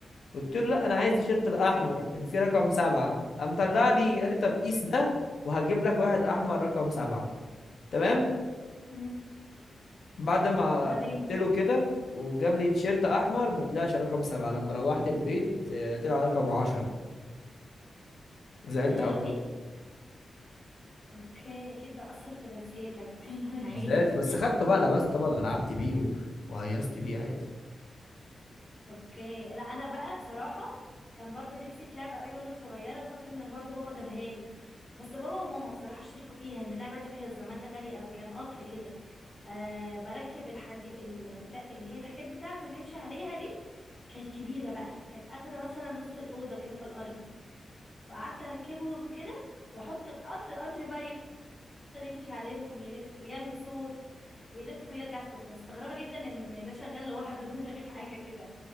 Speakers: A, on the left; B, on the left.
A: قلت له لا انا عايز تيشيرت الاحمر
B: اوكي
A: اللي فيه رقم سبعة قام طلع لي قال لي طب قيس ده وهجيب لك واحد احمر رقم سبعة تمام
B: امم
A: بعد ما
B: بعدين
A: قلت له كده وجاب لي تيشيرت احمر ما طلعش رقم سبعة لما روحت البيت آه، طلع رقم عشرة زعلت
B: يا لهوي
A: قوي
B: اوكي اكيد ده اثر في نفسيتك <laughs> يا عيني
A: زعلت بس خدته بقى لبست طبعا ولعبت بيه و- وهيصت بيه عادي
B: اوكي لا انا بقى بصراحه كان برضو نفسي في لعبه قوي وانا صغيره وفاكره ان برضو بابا جابها لي بس بابا وماما بصراحه شاركوا فيها ان اللعبه دي كانت زمان غاليه قوي كان قطر كده آه بركب الحديد البتاع اللي هي الحاجات بتاعته اللي بيمشي عليها دي كانت كبيره بقى كانت اخده مثلا نص الاوضه كده في الارض وقعدت اركبهم كده واحط القطر القطر بقى يفضل يمشي عليهم ويلف ويعمل صوت ويلف ويرجع كنت مستغربة جدا ان ده شغال لوحده <laughs> من غير حاجة كده